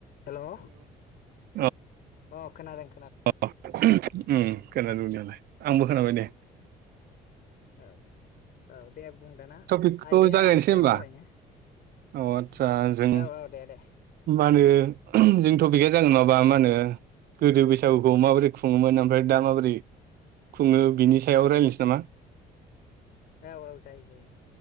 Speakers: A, on the left; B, on the right.
A: Hello
B: औ
A: अ खोनादों
B: अ उम खोनादों आंबो खोनाबाय दे
A: औ औ दे बुं दाना
B: टपिकखौ
A: आयदाया
B: जागायनोसै
A: मानि सायाव
B: होनबा
A: सावरायनो
B: अ आदसा जों
A: औ औ दे दे
B: मा होनो जों टपिकआ जागोन माबा मा होनो गोदो बैसागुखौ माबोरै खुङोमोन ओमफ्राय दा माबोरै खुङो बिनि सायाव रायलायनोसै नामा
A: औ औ जायो।